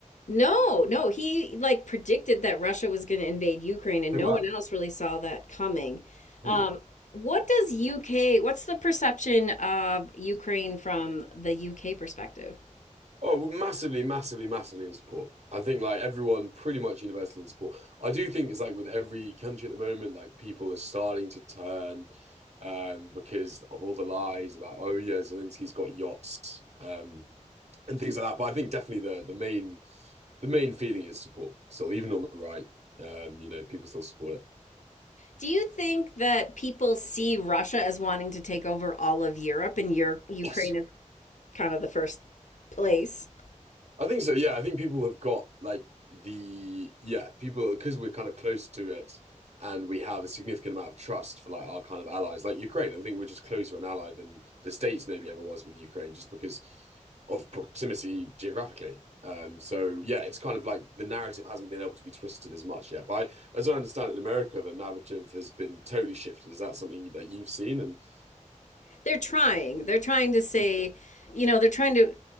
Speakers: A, on the left (about 70°); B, on the right (about 60°).
A: No, no, he like predicted that Russia was going to invade Ukraine and
B: Oh
A: no
B: wow.
A: one else really saw that coming.
B: Hmm.
A: Um, what does UK, what's the perception of Ukraine from the UK perspective?
B: Oh, well, massively, massively, massively in support. I think like everyone pretty much universally in support. I do think it's like with every country at the moment, like people are starting to turn um, because of all the lies about, oh yeah, Zelensky's got yachts. Um, and things like that. But I think definitely the the main the main feeling is support. So even on the right, um, you know, people still support it.
A: Do you think that people see Russia as wanting to take over all of Europe and your Ukraine
B: Yes.
A: is kind of the first place?
B: I think so. Yeah, I think people have got like the yeah people because we're kind of close to it and we have a significant amount of trust for like our kind of allies, like Ukraine. I think we're just closer an ally than the States maybe ever was with Ukraine, just because of proximity geographically. Um, so yeah, it's kind of like the narrative hasn't been able to be twisted as much yet. But I, as I understand it, in America, the narrative has been totally shifted. Is that something that you've seen? And
A: they're trying. They're trying to say, you know, they're trying to